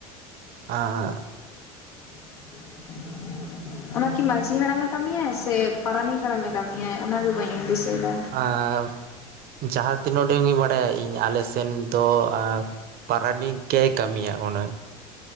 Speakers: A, on the right; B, on the left.
A: ᱟᱨ,
B: <inaudible> ᱚᱱᱟᱠᱤ ᱢᱟᱺᱡᱷᱤ ᱦᱟᱲᱟᱢᱮ ᱠᱟᱹᱢᱤᱭᱟᱟᱭ ᱥᱮ, ᱯᱟᱨᱟᱱᱤᱠ ᱦᱟᱲᱟᱢᱮ ᱠᱟᱹᱢᱤᱭᱟᱭ, ᱚᱱᱟᱜᱮ ᱵᱟᱹᱧ ᱫᱤᱥᱟᱹᱭᱫᱟ,
A: ᱟᱨ ᱡᱟᱦᱟᱸ ᱛᱤᱱ ᱩᱰᱟᱹᱝ ᱤᱧ ᱵᱟᱲᱟᱭᱟ, ᱤᱧ ᱟᱞᱮ ᱥᱮᱱ ᱫᱚ ᱟᱨ ᱯᱟᱨᱟᱱᱤᱠ ᱜᱮ ᱠᱟᱹᱢᱤᱭᱟ ᱚᱱᱟ,,